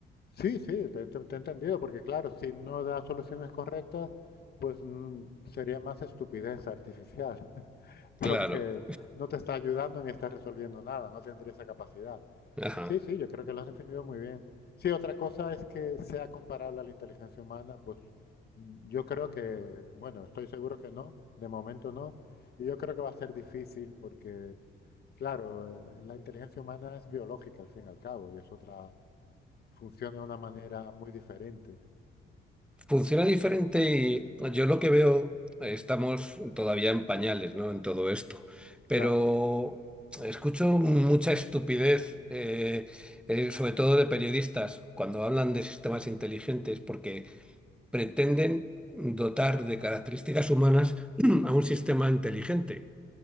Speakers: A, on the left; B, in the centre.
A: Sí, sí, te, te- te he entendido, porque claro, si no da soluciones correctas, pues mm, sería más estupidez artificial, <laughs> porque
B: Claro.
A: no te está ayudando ni está resolviendo nada, no tendría esa capacidad.
B: Ajá.
A: Sí, sí, yo creo que lo has definido muy bien. Sí, otra cosa es que sea comparable a la inteligencia humana, pues mm, yo creo que, bueno, estoy seguro que no, de momento no, y yo creo que va a ser difícil porque, claro, eh, la inteligencia humana es biológica al fin y al cabo, y es otra Funciona de una manera muy diferente.
B: Funciona diferente y yo lo que veo, eh, estamos todavía en pañales, ¿no? En todo esto. Pero
A: Claro,
B: escucho mucha estupidez, eh, eh, sobre todo de periodistas, cuando hablan de sistemas inteligentes, porque pretenden dotar de características humanas <clears throat> a un sistema inteligente.